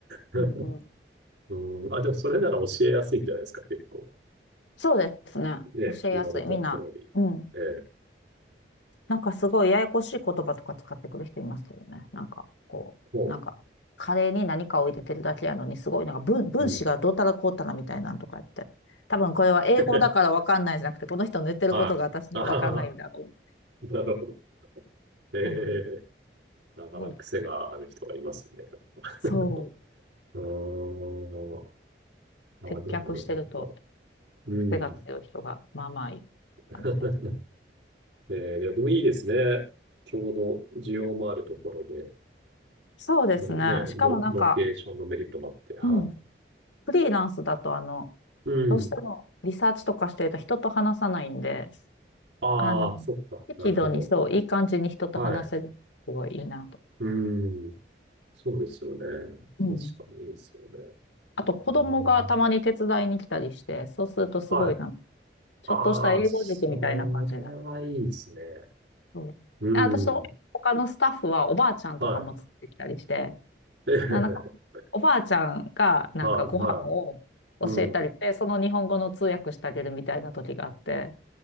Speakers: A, on the right (about 75°); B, on the left (about 80°).
A: <laughs>
B: うんうん。
A: うん、あ、でもそれなら教えやすいんじゃないですか、結構。
B: そうですね。
A: ね、
B: 教えやすい。
A: 言われた通り。
B: みんな、うん。
A: ええ、
B: なんかすごいややこしい言葉とか使ってくる人いますけどね。なんかこう、
A: も
B: なんかカレーに何かを入れてるだけやのにすごいなんか分、分子がどうたらこうたらみたいなんとか言って。
A: う、うん。
B: 多分これは英語だからわかんないじゃなくて、
A: <laughs>
B: この人の言ってることが私にはわかんないんだと思う。
A: はい。ああ、なるほど。<laughs> え
B: そうなんです。
A: えなかなか癖がある人がいますね。
B: すごい。
A: <laughs>
B: そう。
A: うーん。
B: う接客してると
A: あ、でも、なんか、うん。
B: 癖が強い人がまあまあいい感じで
A: <laughs> ええいやでもいいですね。ちょうど需要もあるところで、
B: す。そうですね。
A: ロ、ね、
B: しかもなんか、
A: ロ、ロケーションのメリットもあって、は
B: うん。フリーランスだとあの、
A: い。うん。
B: どうしてもリサーチとかしてると人と話さないんで、
A: ああ、
B: あの、
A: そっか。
B: 適度にそう、
A: なるほど。
B: いい感じに人と話せる。
A: はい。
B: すごいいいなと。
A: うん。そうですよね。確かにいいですよね。
B: うん。あと、子供がたまに手伝いに来たりして、
A: うん。
B: そうするとすごいなんか、
A: はい。
B: ちょっとした英語塾みたいな感じだ。
A: ああ、それはいいですね。
B: そう。
A: うん。
B: あ私と他のスタッフはおばあちゃんとかも作ってきたりして、
A: はい。<laughs> ええ、
B: ななんか、おばあちゃんがなんかご飯を教えたりして、
A: はい、はい。うん。
B: その日本語の通訳してあげるみたいな時があって、